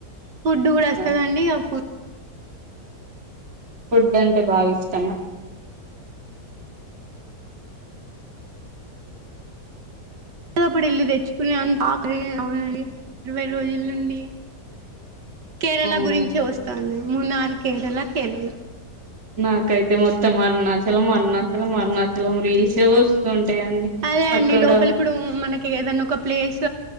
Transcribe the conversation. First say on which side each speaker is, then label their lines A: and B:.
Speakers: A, on the right; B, on the right.
A: ఫుడ్ కూడా వస్తదండి
B: ఆ
A: ఇక ఫుడ్
B: ఫుడ్ అంటే బాగా ఇష్టమా
A: అప్పుడప్పుడు ఎళ్ళి తెచ్చుకుని అంత ఆకలి ఏం అవదండి ఇరవై రోజుల నుండి కేరళ
B: అవునా
A: గురించి వస్తాంది మునార్ కేరళ కేరళ
B: నాకైతే మొత్తం అరుణాచలం అరుణాచలం అరుణాచలం రీల్ ల్సె వస్తూ ఉంటాయండి
A: అదే అండి
B: అక్కడ
A: లోపల ఇప్పుడు మనకి ఏదన్న ఒక ప్లేస్